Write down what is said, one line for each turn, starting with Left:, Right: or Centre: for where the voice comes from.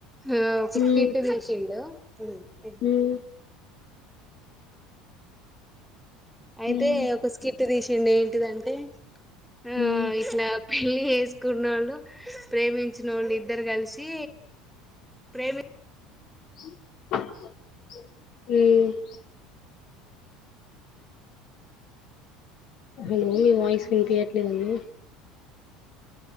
Centre: ఆ కుతిీట్
Left: హ్మ్
Centre: దషిండ ఆ
Left: హ్మ్
Centre: అయితే
Left: హ్మ్
Centre: ఒక స్కిట్ తీసి నిన్న ఏంటిదంటే ఆ
Left: హ్మ్
Centre: ఇట్లా పెళ్లి తీసుకున్నోళ్లు, ప్రేమించినోళ్లు ఇద్దరు కలిసి ప్రేమి
Left: హ్మ్మ్ హలో మీ వాయిస్ వినిపియట్లేదండి